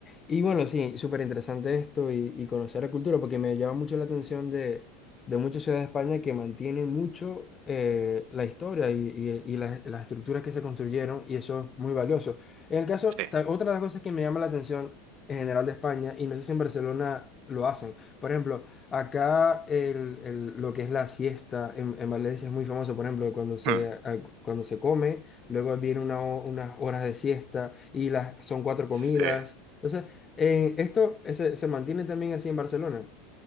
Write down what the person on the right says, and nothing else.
Sí.
Hmm.
Sí.